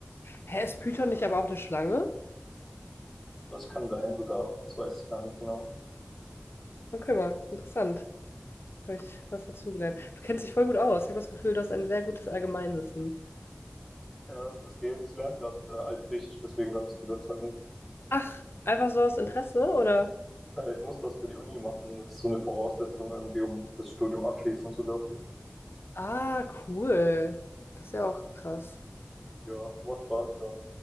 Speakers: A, on the left; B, in the centre.
A: hä, ist Python nicht aber auch eine Schlange?
B: Das kann sein sogar. Das weiß ich gar nicht genau.
A: Okay, mal, interessant. Habe ich was dazugelernt. Du kennst dich voll gut aus. Ich habe das Gefühl, du hast ein sehr gutes Allgemeinwissen.
B: Ja, das, das geht. Ich lerne gerade äh, Altgriechisch, deswegen kann ich dir das sagen.
A: Ach, einfach so aus Interesse, oder?
B: Äh, ich muss das für die Uni machen. Das ist so eine Voraussetzung irgendwie, um das Studium abschließen zu dürfen.
A: Ah, cool. Das ist ja auch krass.
B: Ja, macht Spaß, ja.